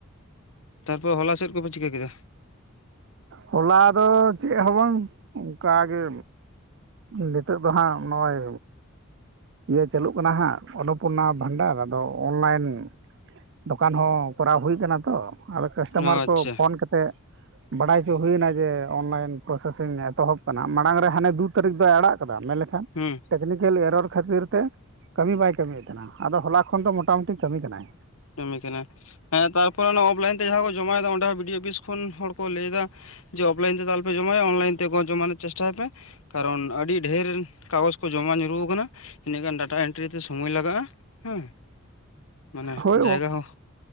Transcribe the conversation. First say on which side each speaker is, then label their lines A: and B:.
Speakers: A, on the left; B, on the right.
A: ᱛᱟᱨᱯᱚᱨ ᱦᱚᱞᱟ ᱪᱮᱫ ᱠᱚᱯᱮ ᱪᱤᱠᱟᱹ ᱠᱮᱫᱟ?
B: ᱦᱚᱞᱟ ᱫᱚ ᱪᱮᱫ ᱦᱚᱸ ᱵᱟᱝ ᱚᱱᱠᱟᱜᱮ ᱱᱤᱛᱚᱜ ᱫᱚ ᱦᱟᱸᱜ ᱱᱚᱜᱼᱚᱭ ᱤᱭᱟᱹ ᱪᱟᱹᱞᱩᱜ ᱠᱟᱱᱟ ᱦᱟᱸᱜ ᱚᱱᱚᱯᱩᱨᱱᱟ ᱵᱷᱟᱱᱰᱟᱨ ᱟᱫᱚ ᱚᱱᱞᱟᱭᱤᱱ ᱫᱚᱠᱟᱱ ᱦᱚᱸ ᱠᱚᱨᱟᱣ ᱦᱩᱭ ᱠᱟᱱᱟ ᱛᱚ, ᱟᱫᱚ ᱠᱟᱥᱴᱚᱢᱟᱨ
A: ᱚ ᱟᱪᱪᱷᱟ
B: ᱠᱚ ᱯᱷᱳᱱ ᱠᱟᱛᱮᱜ ᱵᱟᱰᱟᱭ ᱦᱚᱪᱚ ᱦᱩᱭᱮᱱᱟ ᱡᱮ ᱚᱱᱞᱟᱭᱤᱱ ᱯᱨᱚᱥᱮᱥᱤᱝ ᱮᱛᱚᱦᱚᱵ ᱠᱟᱱᱟ, ᱢᱟᱲᱟᱝ ᱨᱮ ᱦᱟᱱᱮ ᱫᱳ ᱛᱟᱹᱨᱤᱠᱷ ᱫᱚᱭ ᱟᱲᱟᱜ ᱠᱟᱫᱟ ᱢᱮᱱᱞᱮᱠᱷᱟᱱ᱾
A: ᱦᱩᱸ᱾
B: ᱴᱮᱠᱱᱤᱠᱮᱞᱤ ᱮᱨᱚᱨ ᱠᱷᱟᱹᱛᱤᱨ ᱛᱮ ᱠᱟᱹᱢᱤ ᱵᱟᱭ ᱠᱟᱹᱢᱤᱭᱮᱫ ᱛᱟᱦᱮᱸᱱᱟ, ᱟᱫᱚ ᱦᱚᱞᱟ ᱠᱷᱚᱱ ᱫᱚ ᱢᱳᱴᱟᱢᱩᱴᱤ ᱠᱟᱹᱢᱤ ᱠᱟᱱᱟᱭ᱾
A: ᱠᱟᱹᱢᱤ ᱠᱟᱱᱟᱭ ᱦᱮᱸ ᱛᱟᱨᱯᱚᱨᱮ ᱚᱱᱟ ᱚᱯᱞᱟᱭᱤᱱ ᱛᱮ ᱡᱟᱦᱟᱸ ᱠᱚ ᱡᱚᱢᱟᱭᱮᱫᱟ ᱚᱸᱰᱮ ᱦᱚᱸ ᱵᱤ ᱰᱤ ᱭᱚ ᱚᱯᱷᱤᱥ ᱠᱷᱚᱱ ᱦᱚᱲ ᱠᱚ ᱞᱟᱹᱭ ᱫᱟ ᱡᱮ ᱚᱯᱷᱞᱟᱭᱤᱱ ᱛᱮ ᱫᱚ ᱚᱞᱚᱯᱮ ᱡᱚᱢᱟᱭᱟ ᱚᱱᱞᱟᱭᱤᱱ ᱛᱮ ᱡᱚᱢᱟᱭ ᱨᱮᱱᱟᱜ ᱪᱮᱥᱴᱟᱭ ᱯᱮ᱾ ᱠᱟᱨᱚᱱ ᱟᱹᱰᱤ ᱰᱷᱮᱨ ᱠᱟᱜᱚᱡᱽ ᱠᱚ ᱡᱚᱢᱟ ᱧᱩᱨᱩᱠᱟᱱᱟ ᱤᱱᱟᱹᱜ ᱜᱟᱱ ᱰᱟᱴᱟ ᱮᱱᱴᱨᱤ ᱛᱮ ᱥᱚᱢᱳᱭ ᱞᱟᱜᱟᱜᱼᱟ ᱦᱮᱸ᱾ ᱢᱟᱱᱮ
B: ᱦᱳᱭ
A: ᱡᱟᱭᱜᱟ ᱦᱚᱸ